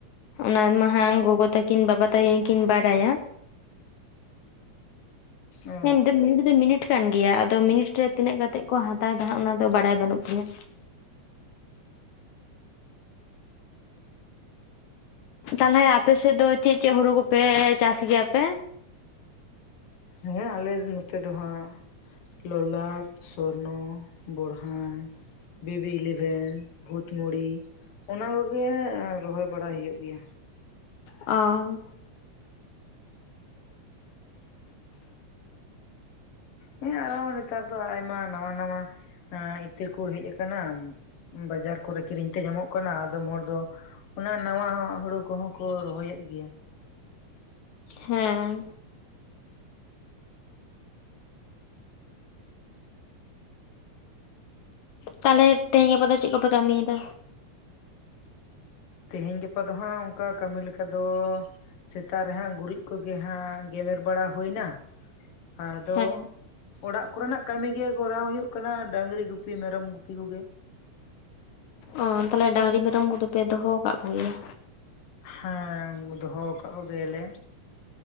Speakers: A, on the left (about 75°); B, on the left (about 55°).
A: ᱚᱱᱟ ᱢᱟ ᱦᱟᱸᱝ ᱜᱚᱜᱚ ᱛᱟᱠᱤᱱ ᱵᱟᱵᱟ ᱛᱟᱠᱤᱱ᱾ ᱠᱤᱱ ᱵᱟᱲᱟᱭᱟ
B: ᱚ
A: ᱦᱮᱸᱢ ᱢᱤᱱᱤᱴ ᱫᱚ ᱢᱤᱱᱤᱴ ᱠᱟᱱ ᱜᱮᱭᱟ ᱟᱫᱚ ᱢᱤᱱᱤᱴ ᱨᱮ ᱛᱤᱱᱟᱹᱜ ᱠᱟᱛᱮᱜ ᱠᱚ ᱦᱟᱛᱟᱣ ᱮᱫᱟ ᱦᱟᱸᱜ ᱚᱱᱟᱫᱚ ᱵᱟᱲᱟᱭ ᱵᱟᱱᱩᱜ ᱛᱤᱧᱟ᱾ ᱛᱟᱦᱞᱮ ᱟᱯᱮᱥᱮᱜ ᱫᱚ ᱪᱮᱜ ᱪᱮᱜ ᱦᱳᱲᱳ ᱠᱚᱯᱮ ᱪᱟᱥ ᱜᱮᱭᱟ ᱯᱮ᱾
B: ᱦᱮᱸ ᱟᱞᱮ ᱱᱚᱛᱮ ᱫᱚ ᱦᱟᱸᱜ ᱞᱚᱞᱟᱴ ᱥᱚᱨᱱᱚ᱾ ᱵᱚᱲᱦᱟᱱ ᱵᱤᱵ ᱵᱤ ᱤᱞᱤᱵᱷᱮᱱ ᱵᱷᱩᱛᱢᱲᱤ ᱚᱱᱟ ᱠᱚᱜᱮ ᱨᱚᱦᱚᱭ ᱵᱟᱲᱟ ᱦᱩᱭᱩᱜ ᱜᱮᱭᱟ᱾
A: ᱚ᱾
B: ᱦᱮᱸ ᱟᱨᱦᱚᱸ ᱱᱮᱛᱟᱨ ᱫᱚ ᱟᱭᱢᱟ ᱱᱟᱶᱟ ᱱᱟᱶᱟ ᱮᱸ ᱤᱛᱟᱹ ᱠᱚ ᱦᱮᱡ ᱟᱠᱟᱱᱟ ᱵᱟᱡᱟᱨ ᱠᱚᱨᱮ ᱠᱤᱨᱤᱧ ᱛᱮ ᱧᱟᱢᱚᱜ ᱠᱟᱱᱟ ᱟᱫᱚᱢ ᱦᱚᱲ ᱫᱚ ᱚᱱᱟ ᱱᱟᱣᱟ ᱟᱜ ᱦᱩᱲᱩ ᱠᱚᱦᱚᱸ ᱠᱩ ᱨᱚᱦᱚᱭᱮᱫ ᱜᱮᱭᱟ᱾
A: ᱦᱮᱸ᱾ ᱛᱟᱦᱞᱮ ᱛᱮᱦᱮᱧ ᱜᱟᱯᱟ ᱫᱚ ᱪᱮᱜ ᱠᱚᱯᱮ ᱠᱟᱢᱤᱭᱫᱟ?
B: ᱛᱤᱦᱤᱧ ᱜᱟᱯᱟ ᱫᱚ ᱦᱟᱸᱜ ᱚᱱᱠᱟ ᱠᱟᱢᱤ ᱞᱮᱠᱟ ᱫᱚ ᱥᱮᱛᱟᱜ ᱨᱮ ᱦᱟᱸᱜ ᱜᱩᱨᱤᱡ ᱠᱚᱜᱮ ᱦᱟᱸᱜ ᱜᱮᱢᱮᱨ ᱵᱟᱲᱟ ᱦᱩᱭᱱᱟ ᱟᱫᱚ
A: ᱦᱮᱸ
B: ᱚᱲᱟᱜ ᱠᱚᱨᱮᱱᱟᱜ ᱠᱟᱢᱤ ᱜᱮ ᱠᱚᱨᱟᱣ ᱦᱳᱭᱳᱜ ᱠᱟᱱᱟ ᱰᱟᱸᱝᱨᱤ ᱜᱩᱯᱤ ᱢᱮᱨᱚᱢ ᱜᱩᱯᱤ ᱠᱚᱜᱮ᱾
A: ᱚ ᱛᱟᱦᱞᱮ ᱰᱟᱸᱝᱨᱤ ᱢᱮᱨᱚᱢ ᱠᱚᱫᱚ ᱯᱮ ᱫᱚᱦᱚᱣ ᱠᱟᱜ ᱠᱚᱜᱮᱭᱟ?
B: ᱦᱮᱸ ᱫᱚᱦᱚ ᱠᱟᱜ ᱠᱚᱜᱮᱭᱟᱞᱮ᱾